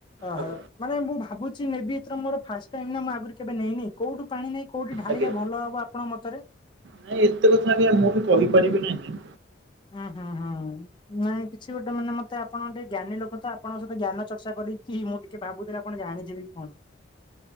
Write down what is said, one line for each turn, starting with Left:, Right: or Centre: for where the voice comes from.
Left: ଓହୋ।
Right: ଆଗ
Left: ମାନେ ମୁଁ ଭାବୁଛି ନେବି ଏଥର ମୋର ଫାଷ୍ଟ ଟାଇମ୍ ନା, ମୁଁ ଆଗରୁ କେବେ ନେଇନି। କୋଉଠୁ ପାଣି ନେଇ କୋଉଠି ଢାଳିଲେ
Right: ଆଜ୍ଞା ଆଜ୍ଞା।
Left: ଭଲ ହବ ଆପଣଙ୍କ ମତରେ?
Right: ନାଇଁ ଏତେ କଥା ଆଜ୍ଞା ମୁଁ ବି କହିପାରିବି ନାହିଁ।
Left: ଉଁ ହୁଁ ହୁଁ। ନାଇଁ କିଛି ଗୋଟେ ମାନେ ମତେ ଆପଣ ଗୋଟେ ଜ୍ଞାନୀ ଲୋକ ତ, ଆପଣଙ୍କ ସହିତ ଜ୍ଞାନ ଚର୍ଚ୍ଚା କରି ରିକି, ମୁଁ ଟିକେ ଭାବୁଥିଲି ଆପଣ ଜାଣିଯିବେ କି କଣ?